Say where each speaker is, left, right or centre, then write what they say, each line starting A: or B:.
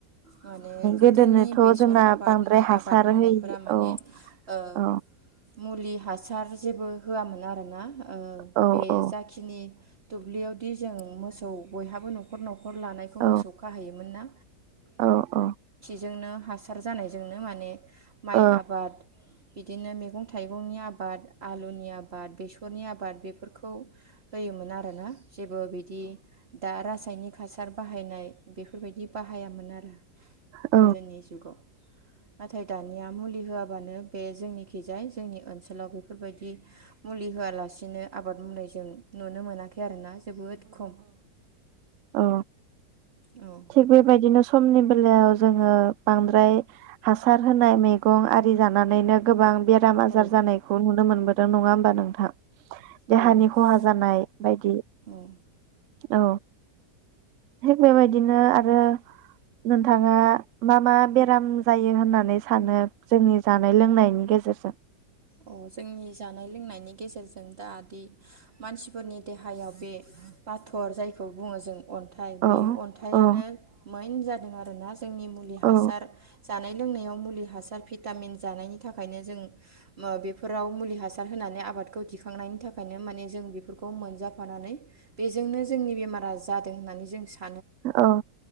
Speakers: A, on the right (about 35°); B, on the right (about 80°).
A: माने गोदोनि
B: गोदोनोथ'
A: बेसर
B: जोंना
A: आबाद
B: बांद्राय
A: माइ
B: हासार
A: आबाद मावनायफोरा
B: होयि
A: माने
B: औ
A: ओ
B: औ
A: मुलि हासार जेबो होआमोन आरो ना ओ
B: औ
A: बे
B: औ
A: जाखिनि दुब्लियाव बिदि जों मोसौ बयहाबो नखर-नखर नखर लानायखौ
B: औ
A: मोसौ होयोमोन ना।
B: औ औ
A: जोंनो हासार जानायजोंनो माने माइ
B: औ
A: आबाद बिदिनो मेगं थाइगंनि आबाद आलुनि आबाद बेसरनि आबाद बेफोरखौ होयोमोन आरोना। जेबो बिदि दा रासायनिक हासार बाहायनाय बेफोरबायदि बाहायामोन आरो
B: औ
A: गोदोनि जुगाव। नाथाय दानिया मुलि होआबानो बे जोंनिखिजाय जोंनि ओनसोलाव बेफोरबायदि मुलि होआलासिनो आबाद मावनाय जों नुनो मोनाखै आरोना जोबोद खम।
B: अ।
A: औ
B: थिग बेबायदिनो समनि बेलायाव जोङो बांद्राय हासार होनाय मेगं आरि जानानैनो गोबां बेराम आजार
A: औ
B: जानायखौ नुनो मोनबो दों नङा होमबा नोंथां? देहानि
A: औ
B: खहा जानाय बायदि
A: औ
B: औ थिख बेबाय दिनो आरो नोंथाङा मा मा बेराम जायो होननानै सानो जोंनि जानाय लोंनायनि गेजेरजों?
A: अ जोंनि जानाय लोंनायनि गेजेरजों दा दि मानसिफोरनि देहायाव बे बाथर जायखौ बुङो जों अन थाय बे
B: औ
A: अन्थाइयानो
B: औ
A: मैन जा आरोना जोंनि मुलि हासार
B: औ
A: जानाय लोंनायाव मुलि हासार भिटामिन जानायनि थाखायनो जों बेफोराव मुलि हासार होनानै आबादखौ दिखांनायनि थाखायनो माने जों बेफोरखौ मोनजाफानानै बेजोंनो जोंनि बेमारा जादों होननानै जों सा
B: औ